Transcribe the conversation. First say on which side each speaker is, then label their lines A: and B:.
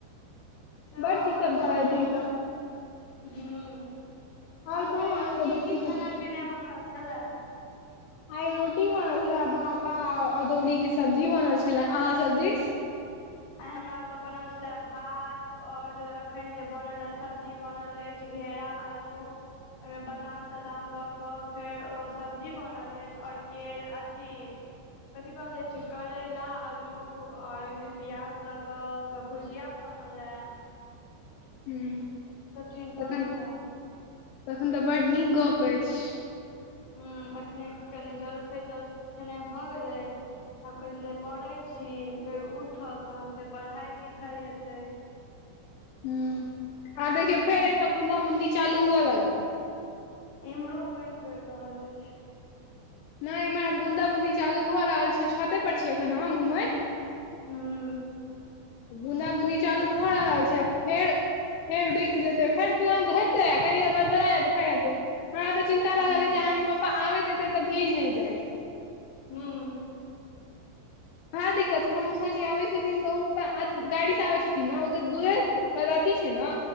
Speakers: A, on the left; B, on the left.
A: सेहो
B: बड दिक्कत
A: होइ
B: भऽ
A: छै
B: जाइ
A: हूं
B: ई सब
A: तहन
B: आओर कहू
A: कहियौ
B: अहाँ
A: आइ
B: सब
A: की
B: दिस
A: की
B: सब
A: खेनाइ
B: होइ छै
A: पिनाइ बनल छलए <inaudible>
B: आइ रोटी बनल छले भटा अदौड़ीक के सब्जी बनल छलए अहाँसभ दिस
A: आय हमरा ओताे बनल छले भात और अखन जे बनल सब्जी बनल अछि च घेरा आलू ओइमे बादाम तादाम द कऽ फेर ओ सब्जी बनल अछि और केर अथी कथि कहल जाइ छै करैला आलू ओर ओहिमे पियाज दऽ कऽ ओकर भुजिया बनल यै
B: हूँ
A: चीज बनल
B: तखन
A: ए
B: तखन तऽ बड नीक गप अछि
A: हूँ अखने कनि जलखैत तल खेनाइ भऽ गेलै आब कनि देर पड़े छी फेर उठब तहन फेर पढ़ाइ लिखाइ हेतै
B: हूँ आह देखियौ
A: हूँ
B: फेर ए तऽ बून्दा बूंदी चालू हुए लगलै
A: इम्हरो पनि पड़ि रहल अछि
B: नहि इमहर बुन्दा बुदी चालू भऽ रहल छै छते पर छीयै अखन हम घुमैत
A: हूँ
B: बुना बुनी चालू भऽ रहल छै आ फेर फेर रुइक जेतै फेर तुरंत हेतै आ कनि देर बाद बला जेतै फेर एतै हमरा तऽ चिन्ता
A: हूँ
B: लागल अछि जे अहाँके पप्पा आबैत हेतै तऽ भीज नहि जाइत
A: हम्म
B: हँ दिक्कत छै मौसा जी आबै छथिन त ओ त गाड़ी से आबै छथि ने ओ तऽ दूर अथी छै ने